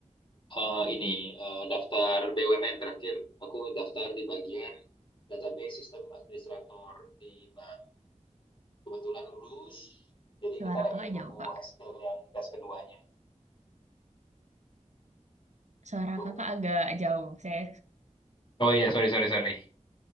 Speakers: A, on the left (about 40°); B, on the right (about 65°).
A: eh, ini eh, daftar BUMN terakhir. Aku daftar di bagian database sistem administrator di bank. Kebetulan lulus, jadi
B: Suara
A: kita lagi
B: kakak
A: nunggu
B: jauh, Kak.
A: hasil yang tes keduanya
B: Suara
A: gitu.
B: kakak agak jauh. Saya,
A: Oh iya, sorry, sorry, sorry.